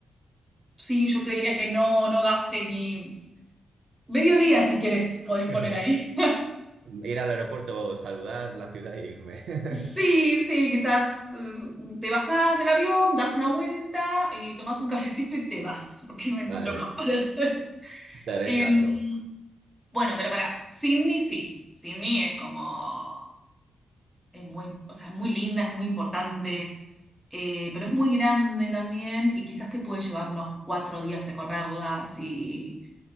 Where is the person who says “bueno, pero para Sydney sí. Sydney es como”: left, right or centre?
Centre